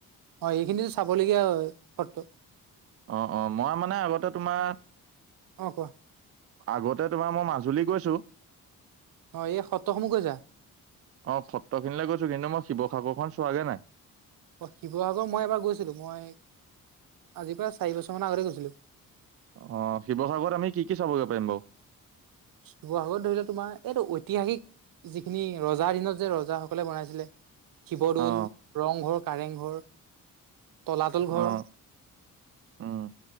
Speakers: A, on the right; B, on the right.
A: হয়! এইখিনিতো, চাবলগীয়া সত্ৰ।
B: অ' অ'! মই মানে, আগতে তোমাৰ
A: অ কোৱা
B: আগতে, তোমাৰ মই, মাজুলী গৈছোঁ।
A: অ এই সত্ৰসমূহ গৈছা
B: অ'! সত্ৰ খিনিলৈ গৈছোঁ। কিন্তু, মই শিৱসাগৰখন চোৱাগে নাই।
A: অ'! শিৱসাগৰ মই, এবাৰ গৈছিলোঁ। মই, আজিৰ পৰা, চাৰি বছৰ মানৰ আগতে, গৈছিলোঁ।
B: অ'! শিৱসাগৰত আমি, কি কি চাবগৈ, পাৰিম বাৰু?
A: শিৱসাগৰত ধৰি লোৱা, তোমাৰ এইটো, ঐতিহাসিক যিখিনি, ৰজাৰ দিনত যে, ৰজাসকলে বনাইছিলে। শিৱদৌল,
B: অ
A: ৰংঘৰ, কাৰেংঘৰ, তলাতল ঘৰ।
B: অ উম